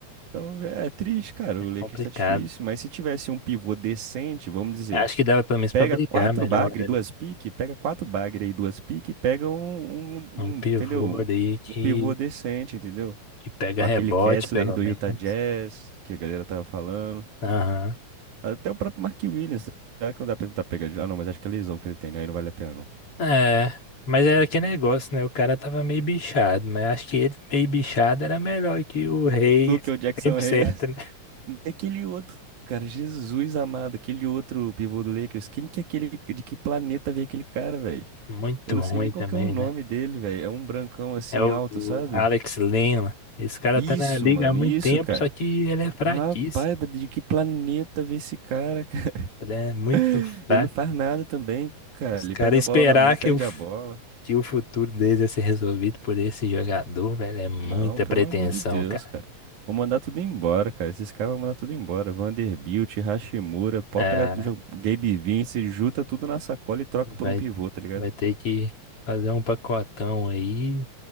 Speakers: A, on the right (about 80°); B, on the left (about 50°).
A: Então é, é triste, cara. O Lakers
B: complicado.
A: tá difícil, mas se tivesse um pivô decente, vamos dizer,
B: Acho que dava pelo menos
A: pega
B: pra brigar
A: quatro
B: melhor
A: bagre,
B: ali.
A: e duas pique, pega quatro bagre e duas pique, pega um, um, um,
B: Um pivô
A: entendeu?
B: ali que,
A: Um pivô decente, entendeu?
B: que pega
A: Aquele
B: rebote,
A: Kessler
B: pelo
A: do
B: menos.
A: Utah Jazz, que a galera tava falando.
B: Aham.
A: Até o próprio Mark Williams. né? Será que não dá pra tentar pegar ele? Ah, não, mas acho que é a lesão que ele tem, né? Aí não vale a pena, não.
B: É. Mas era que negócio, né? O cara tava meio bichado, mas acho que ele meio bichado era melhor que o Reis
A: Do que o Jackson
B: 100%.
A: Reyes.
B: né?
A: <laughs> E aquele outro, cara, Jesus amado, aquele outro pivô do Lakers. Quem que é aquele, de que planeta veio aquele cara, velho?
B: Muito
A: Eu não
B: ruim
A: sei nem qual
B: também,
A: que é o nome
B: né?
A: dele, velho. É um brancão assim
B: É o,
A: alto,
B: o
A: sabe?
B: Alex Lema. Esse cara
A: Isso,
B: tá na liga
A: mano,
B: há muito
A: isso,
B: tempo,
A: cara.
B: só que ele é fraquíssimo.
A: Rapaz, de que planeta veio esse cara, cara?
B: Ele é muito
A: <laughs>
B: fraco.
A: Ele não faz nada também, cara.
B: Os
A: Ele
B: caras
A: pega
B: esperar
A: a bola na mão, perde
B: que o, f-
A: a bola.
B: que o futuro deles ia ser resolvido por esse jogador, velho, é muita
A: Não, pelo
B: pretensão,
A: amor de Deus,
B: cara.
A: cara. Vou mandar tudo embora, cara. Esses caras vão mandar tudo embora. Vanderbilt, Hashimura, pode
B: É,
A: pegar do jo- Gabe Vince, junta tudo na sacola e troca
B: vai,
A: por um pivô, tá ligado?
B: vai ter que fazer um pacotão aí.